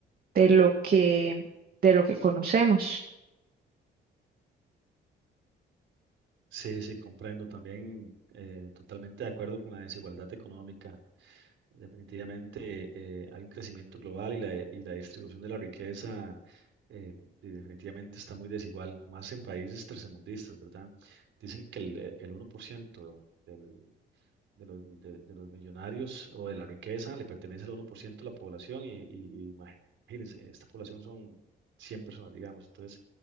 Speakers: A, on the right; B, on the right.
A: de lo que, de lo que conocemos.
B: Sí, sí, comprendo. También eh, totalmente de acuerdo con la desigualdad económica. Definitivamente eh, hay un crecimiento global y la, y la distribución de la riqueza eh, y definitivamente está muy desigual, más en países tercermundistas, ¿verdad? Dicen que el, eh, el 1% del- de los, de- de los millonarios o de la riqueza le pertenece al uno por ciento de la población y, y imagínense, esta población son 100 personas, digamos, entonces,